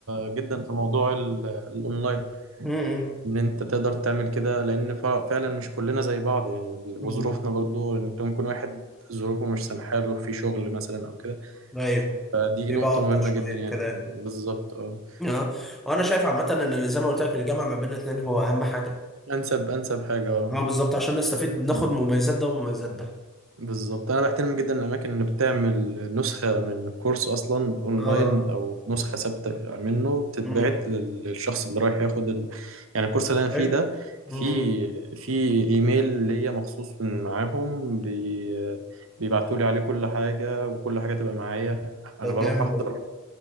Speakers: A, on the right; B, in the centre.
A: جدا في موضوع ال- الأونلاين
B: امم
A: ان انت تقدر تعمل كده لان فع- فعلا مش كلنا زي بعض يعني وظروفنا
B: أمم.
A: برضو انت ممكن واحد ظروفه مش سامحاله في شغل مثلا او كده
B: ايوه
A: فدي
B: بيبقى
A: نقطة
B: ابطأ
A: مهمة
B: شويه
A: جدا يعني
B: وكده يعني
A: بالظبط اه
B: اه وانا شايف عامه ان زي ما قلت لك الجامعه ما بين الاثنين هو اهم حاجه
A: انسب انسب حاجة
B: اه بالظبط عشان نستفيد ناخد
A: اه
B: مميزات ده ومميزات ده
A: بالظبط انا بحترم جدا الاماكن اللي بتعمل نسخه من الكورس اصلا اونلاين
B: اه
A: او نسخه ثابته منه بتتبعت
B: امم
A: لل- للشخص اللي رايح ياخد ال... يعني الكورس اللي انا
B: حلو
A: فيه ده في
B: امم
A: في ايميل ليا مخصوص من معاهم بي... بيبعتوا لي عليه كل حاجه وكل حاجه تبقى معايا انا
B: طب
A: بروح
B: جامد
A: احضر
B: والله